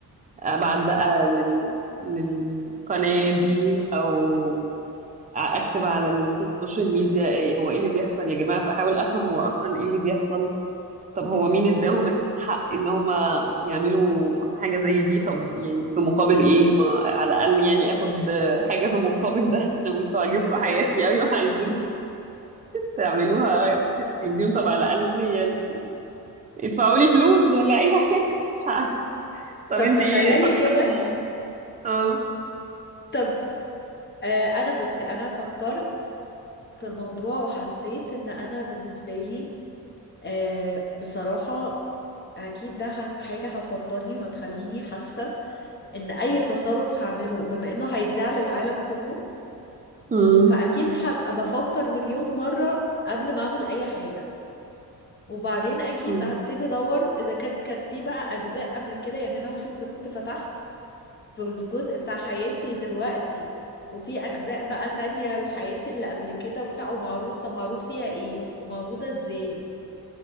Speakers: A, on the right; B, on the left.
A: ابعت بقى لل... للقناة دي او اكتب على السوشيال ميديا ايه هو ايه اللي بيحصل يا جماعة فاحاول افهم هو اصلا ايه اللي بيحصل طب هو مين اداهم الحق ان هم يعملوا حاجة زي دي طب يعني في مقابل ايه ما على الاقل يعني اخد حاجة في مقابل ده <laughs> لو انتوا عاجبكم حياتي قوي وعايزين تعملوها في التلفزيون طب على الاقل يعني ادفعوا لي فلوس ولا اي حاجة <laughs> مش عارفة طب
B: طب
A: انتي
B: تخيلي
A: ايه فكرتي
B: كده
A: اه
B: طب آه انا بصي انا فكرت في الموضوع وحسيت ان انا بالنسبه لي آه بصراحه اكيد ده هت- حاجه هتوترني وهتخليني حاسه ان اي تصرف هعمله بما انه هيتذاع للعالم كله
A: امم
B: فاكيد هبقى بفكر مليون مرة قبل ما اعمل اي حاجة وبعدين اكيد
A: امم
B: هبتدي ادور اذا كان كان في بقى اجزاء قبل كده يعني انا هشوف اذا كنت فتحت في جزء بتاع حياتي دلوقتي وفي اجزاء بقى تانية لحياتي اللي قبل كده وبتاع ومعروض طب معروض فيها ايه ومعروضة ازاي